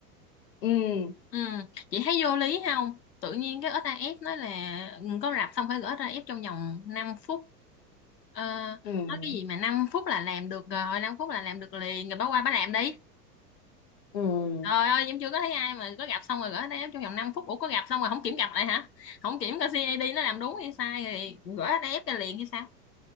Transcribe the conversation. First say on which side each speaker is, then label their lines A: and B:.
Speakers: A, on the left; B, on the left.
A: ừ
B: ừ chị thấy vô lý không tự nhiên cái ét a ép nói là ừ, có rạp xong phải gửi ét a ép trong vòng năm phút Ờ,
A: ừ
B: nói cái gì mà 5 phút là làm được rồi 5 phút là làm được liền rồi bà qua bà làm đi
A: ừ
B: Trời ơi, em chưa có thấy ai mà có gặp xong rồi gửi đây trong vòng 5 phút. Ủa có gặp xong rồi không kiểm gặp lại hả? Không kiểm coi CID nó làm đúng hay sai rồi gửi đây ép ra liền hay sao?